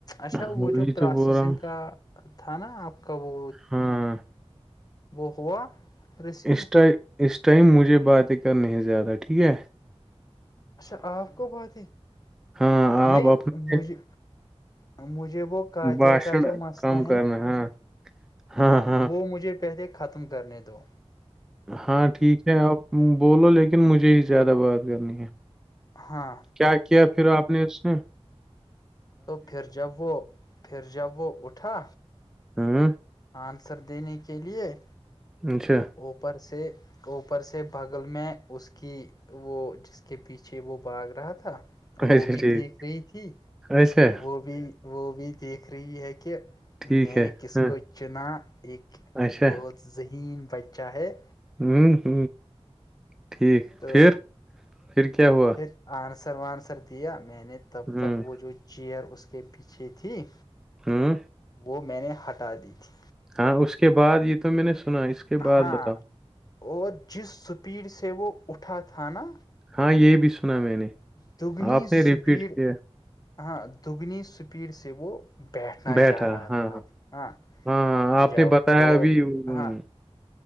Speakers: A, on the left; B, in the centre.
A: اچھا
B: ہوں،
A: وہ
B: وہی
A: جو پروسیسنگ
B: تو بول رہا ہوں
A: کا تھا نا آپ کا وہ
B: ہاں
A: وہ ہوا ریسیو
B: اس ٹائم اس ٹائم مجھے باتیں کرنی ہے زیادہ ٹھیک ہے
A: اچھا آپ کو بات ہے
B: ہاں آپ
A: نہیں
B: اپنا
A: مجھے مجھے وہ کاتیا
B: بھاشن
A: کا جو مسنا
B: کم
A: ہے
B: کرنا
A: نا
B: ہاں ہاں ہاں
A: وہ مجھے پہلے ختم کرنے دو
B: ہاں ٹھیک ہے آپ بولو لیکن مجھے ہی زیادہ بات کرنی ہے
A: ہاں
B: کیا کیا پھر آپ نے اس میں
A: تو پھر جب وہ پھر جب وہ اٹھا
B: ہاں
A: آنسر دینے کے لیے
B: اچھا
A: اوپر سے اوپر سے بغل میں اس کی وہ جس کے پیچھے وہ باغ رہا تھا وہ
B: اچھا
A: بھی
B: ٹھیک
A: دیکھ رہی تھی
B: اچھا
A: وہ بھی وہ بھی دیکھ رہی ہے کہ
B: ٹھیک
A: میں
B: ہے
A: نے کس
B: ہاں
A: کو چنا ایک
B: اچھا
A: بہت ذہین بچہ ہے
B: ہوں ہ ٹھیک
A: تو
B: پھر پھر کیا ہوا
A: پھر آنسر وانسر دیا میں نے تب
B: ہوں
A: تک وہ جو چیئر اس کے پیچھے تھی
B: ہوں
A: وہ میں نے ہٹا دی تھی
B: ہاں اس کے بعد یہ تو میں نے سنا اس کے بعد
A: ہاں
B: بتاؤ
A: اور جس سپیڈ سے وہ اٹھا تھا نا
B: ہاں یہ بھی سنا میں نے
A: دگنی
B: آپ نے
A: سپیڈ
B: ریپیٹ کیا
A: ہاں دگنی سپیڈ سے وہ بیٹھنا
B: بیٹھا
A: چاہ رہا
B: ہاں
A: تھا اب ہاں
B: ہاں آپ
A: جب
B: نے بتایا
A: وہ
B: ابھی ہوں،
A: ہاں